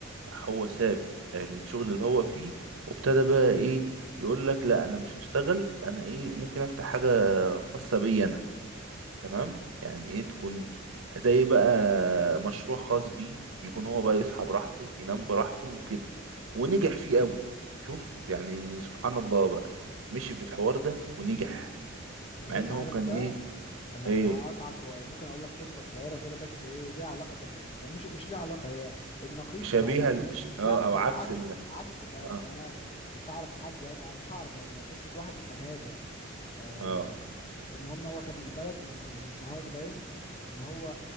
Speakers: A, on the right; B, on the left.
A: راح هو ساب الشغل اللي هو فيه وابتدى بقى ايه يقول لك لا انا مش هشتغل انا ايه ممكن افتح حاجة خاصة بيا انا تمام يعني ايه تكون زي بقى مشروع خاص بيه يكون هو بقى يصحى براحته ينام براحته وكده ونجح فيه قوي شوف يعني سبحان الله بقى مشي في الحوار ده ونجح
B: بس
A: مع
B: انت
A: ان
B: عارف
A: هو كان
B: بقى
A: ايه
B: انا
A: ايه
B: انا هقطعك وممكن اقول لك قصه قصيره كده بس ايه ليها علاقه بال يعني مش مش ليها علاقه هي النقيض
A: شبيهة
B: بتاع ال-
A: ال... ش...
B: <laughs> لا
A: اه
B: ده
A: او عكس
B: العكس
A: ال...
B: عكس ال- اه
A: اه
B: يعني انا كنت اعرف حد يعني او مش هعرف يعني هي قصه واحد حكاها لي يعني آه
A: اه
B: المهم هو كان من البلد من من سوهاج باين ان هو